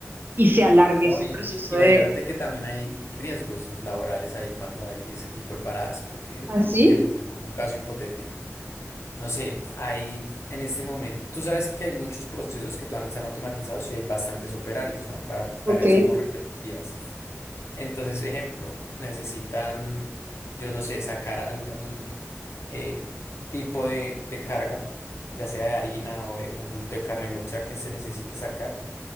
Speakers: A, on the right; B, on the left.
A: y se alargue
B: No,
A: ese
B: y
A: proceso
B: imagínate
A: de, de-
B: que también hay riesgos laborales ahí cuando hay ese tipo de paradas, porque,
A: así,
B: ejemplo, te pongo un caso hipotético. No sé, hay en este momento, tú sabes que hay muchos procesos que todavía no están automatizados y hay bastantes operarios, ¿no? Para tareas
A: ok.
B: como repetitivas. Entonces, ejemplo, necesitan, yo no sé, sacar algún eh, tipo de, de carga, ya sea de harina o de un bulto de carne, lo que sea que se necesite sacar